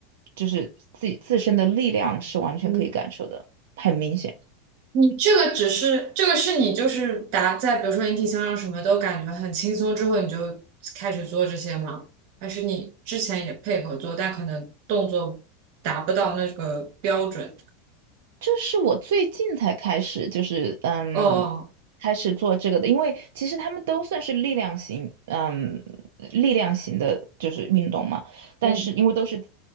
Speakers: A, on the right; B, on the right.
A: 就是自己自身的力量是完全可以感受的，
B: 嗯，
A: 很明显。
B: 你这个只是这个是你就是达在比如说引体向上什么都感觉很轻松之后，你就开始做这些吗？还是你之前也配合做，但可能动作达不到那个标准？
A: 这是我最近才开始，就是嗯，
B: 哦，
A: 开始做这个的，因为其实他们都算是力量型，嗯，力量型的就是运动嘛，但是因为都是
B: 嗯